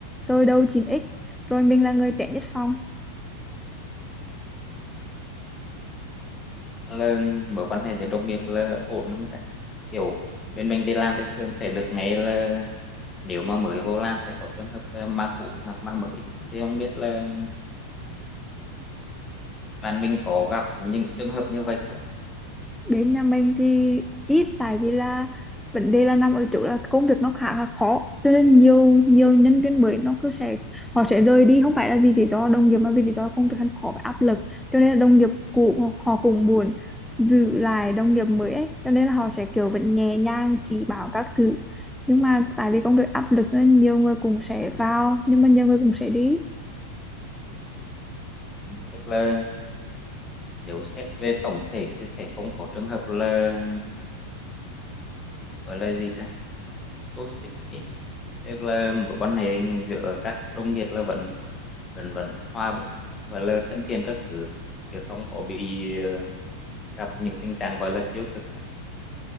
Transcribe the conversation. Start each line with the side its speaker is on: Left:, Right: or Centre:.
Centre: tôi đâu chín x rồi mình là người trẻ nhất phòng
Left: là mối quan hệ giữa đồng nghiệp là ổn không ta kiểu bên mình đi làm thì thường sẽ được nghe là nếu mà mới vô làm sẽ có trường hợp là ma cũ bắt nạt ma mới thì không biết là bạn mình có gặp những trường hợp như vậy không
Centre: đến nhà mình thì ít tại vì là vấn đề là nằm ở chỗ là công việc nó khá là khó cho nên nhiều nhiều nhân viên mới nó cứ sẽ họ sẽ rời đi không phải là vì lý do đồng nghiệp mà vì lý do công việc hắn khó và áp lực cho nên là đồng nghiệp cũ họ cũng buồn giữ lại đồng nghiệp mới ấy cho nên là họ sẽ kiểu vẫn nhẹ nhàng chỉ bảo các thứ nhưng mà tại vì công việc áp lực cho nên nhiều người cũng sẽ vào nhưng mà nhiều người cũng sẽ đi
Left: tức là nếu xét về tổng thể thì sẽ không có trường hợp là gọi là gì ta toxic ấy tức là mối quan hệ giữa các đồng nghiệp là vẫn vẫn vẫn hòa và là thân thiện các thứ chứ không có bị ờ, gặp những tình trạng gọi là tiêu cực chẳng hạn